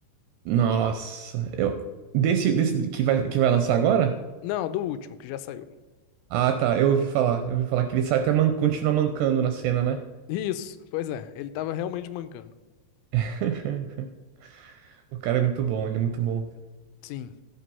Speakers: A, on the right; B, on the left.
A: Nossa, eu... Desse, desse que vai, que vai lançar agora?
B: Não, do último, que já saiu.
A: Ah, tá. Eu ouvi falar. Eu ouvi falar que ele sai até man... continua mancando na cena, né?
B: Isso, pois é, ele tava realmente mancando.
A: <laughs> O cara é muito bom, ele é muito bom.
B: Sim.